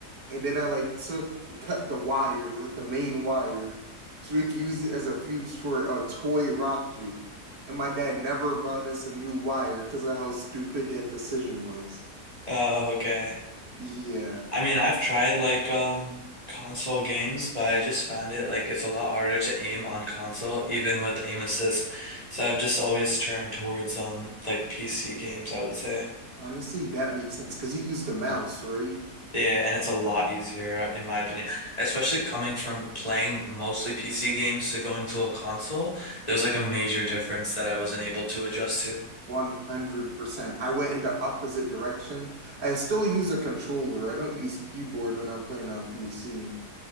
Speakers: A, on the right; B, on the left.
A: and then I like took cut the wire, like the main wire, so we could use it as a fuse for a toy rocket. And my dad never brought us a new wire because of how stupid that decision was.
B: Oh, okay.
A: Yeah,
B: I mean, I've tried like um console games, but I just found it like it's a lot harder to aim on console, even with aim assist. So I've just always turned towards um like PC games, I would say.
A: honestly, that makes sense because you used a mouse, right?
B: Yeah, and it's a lot easier uh, in my opinion, especially coming from playing mostly PC games to going to a console. There was like a major difference that I wasn't able to adjust to.
A: 100%. I went in the opposite direction. I still use a controller. I don't use keyboard when I'm playing on PC.